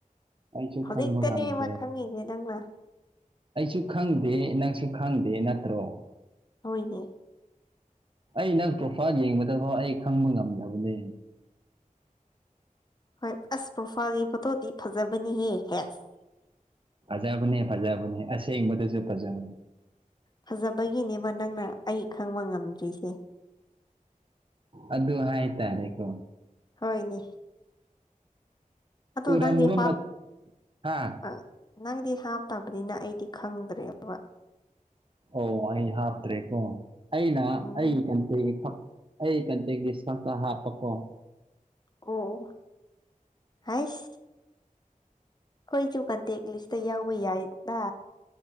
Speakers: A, on the right; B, on the left.
A: ꯑꯩꯁꯨ
B: ꯍꯧꯖꯤꯛꯇꯅꯦꯕ
A: ꯈꯪꯕ ꯉꯝꯗꯦ
B: ꯈꯪꯉꯤꯖꯦ ꯅꯪꯅ
A: ꯑꯩꯁꯨ ꯈꯪꯗꯦ ꯅꯪꯁꯨ ꯈꯪꯗꯦ ꯅꯠꯇ꯭ꯔꯣ
B: ꯍꯣꯏꯅꯦ
A: ꯑꯩ ꯅꯪ ꯄ꯭ꯔꯣꯐꯥꯏꯟ ꯌꯦꯡꯕꯗꯐꯥꯎ ꯑꯩ ꯈꯪꯕ ꯉꯝꯗꯕꯅꯦ
B: ꯍꯣꯏ ꯑꯁ ꯄ꯭ꯔꯣꯐꯥꯏꯜꯒꯤ ꯐꯣꯇꯣꯗꯤ ꯐꯖꯕꯅꯤꯍꯦ ꯍꯦꯁ
A: ꯐꯖꯕꯅꯦ ꯐꯖꯕꯅꯦ ꯑꯁꯦꯡꯕꯗꯁꯨ ꯐꯖꯕꯅꯦ
B: ꯐꯖꯕꯒꯤꯅꯦꯕ ꯅꯪꯅ ꯑꯩ ꯈꯪꯕ ꯉꯝꯗ꯭ꯔꯤꯁꯦ
A: ꯑꯗꯨ ꯍꯥꯏ ꯇꯔꯦ ꯀꯣ
B: ꯍꯣꯏꯅꯦ ꯑꯇꯣ
A: ꯎꯔꯝꯕ
B: ꯅꯡꯗꯤ ꯍꯥꯞ
A: ꯃꯠ ꯍꯥ
B: ꯑꯪ ꯅꯪꯗꯤ ꯍꯥꯞꯇꯕꯅꯤꯅ ꯑꯩꯗꯤ ꯈꯪꯗ꯭ꯔꯦꯕ
A: ꯑꯣ ꯑꯩ ꯍꯥꯞꯇ꯭ꯔꯦꯀꯣ ꯑꯩꯅ
B: ꯎꯝ
A: ꯑꯩ ꯏꯊꯟꯇꯒꯤ ꯍꯞ ꯑꯩ ꯏꯊꯥꯟꯇꯒꯤ ꯂꯩꯁꯇ꯭ ꯑꯝꯇ ꯍꯥꯞꯄꯀꯣ
B: ꯑꯣ ꯍꯥꯏꯁ ꯈꯣꯏꯁꯨ ꯀꯟꯇꯦꯛ ꯂꯤꯁꯇ ꯌꯥꯎꯕ ꯌꯥꯏꯗ